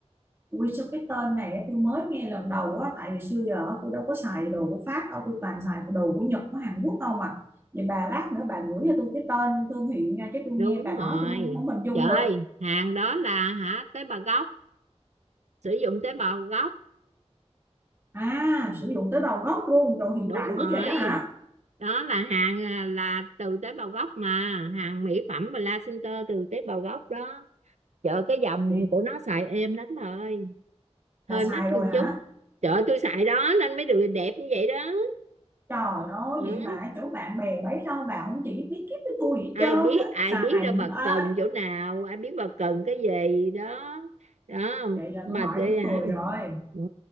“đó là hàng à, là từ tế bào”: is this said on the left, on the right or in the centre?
Right